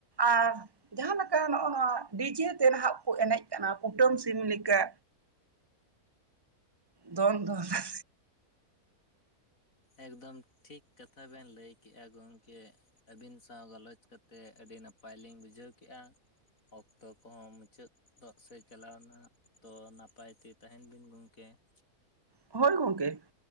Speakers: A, on the right; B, on the left.
A: ᱟᱨ ᱡᱟᱦᱟᱸ ᱞᱮᱠᱟ ᱱᱚᱜᱼᱚ ᱱᱚᱣᱟ ᱰᱤᱡᱮ ᱛᱮ ᱱᱟᱦᱟᱜ ᱠᱚ ᱮᱱᱮᱡ ᱠᱟᱱᱟ ᱠᱩᱴᱟᱹᱢ ᱥᱤᱢ ᱞᱮᱠᱟ ᱫᱚᱱ ᱫᱚᱱ ᱟᱛᱮ
B: ᱮᱠᱫᱚᱢ ᱴᱷᱤᱠ ᱠᱟᱛᱷᱟ ᱵᱮᱱ ᱞᱟᱹᱭᱠᱮᱜᱼᱟ ᱜᱚᱝᱠᱮ ᱾ ᱟᱹᱵᱤᱱ ᱥᱟᱶ ᱜᱟᱞᱚᱪ ᱠᱟᱛᱮᱫ ᱟᱹᱰᱤ ᱱᱟᱯᱟᱭ ᱞᱤᱧ ᱵᱩᱡᱷᱟᱹᱣ ᱠᱮᱼᱟ᱾ ᱚᱠᱛᱚ ᱠᱚᱦᱚᱸ ᱢᱩᱪᱟᱹᱫ ᱦᱚᱜ ᱥᱮᱫ ᱪᱟᱞᱟᱣᱱᱟ ᱛᱚ ᱱᱟᱯᱟᱭ ᱛᱮ ᱛᱟᱦᱮᱱ ᱵᱤᱱ ᱜᱚᱝᱠᱮ ᱾
A: ᱦᱳᱭ ᱜᱚᱝᱠᱮ ᱾